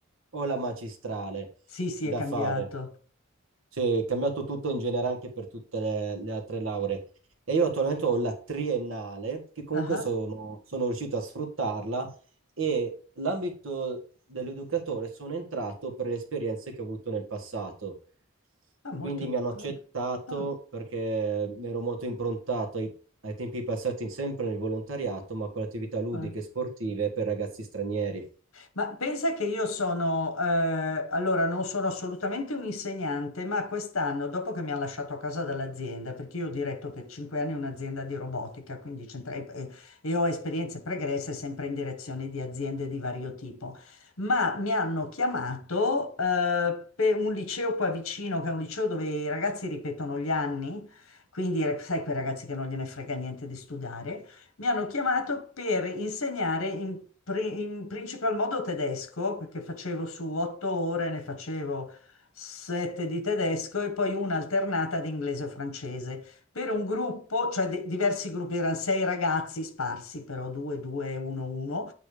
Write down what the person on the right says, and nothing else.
o la magistrale
da
fare. Sì, è cambiato tutto in genere anche per tutte le, le altre lauree. E io attualmente ho la triennale, che comunque
sono, sono riuscito a sfruttarla, e l'ambito dell'educatore sono entrato per le esperienze che ho avuto nel passato.
Quindi mi hanno accettato
perché mi ero molto improntato ai, ai tempi passati in- sempre nel volontariato, ma con attività ludiche
e sportive per ragazzi stranieri.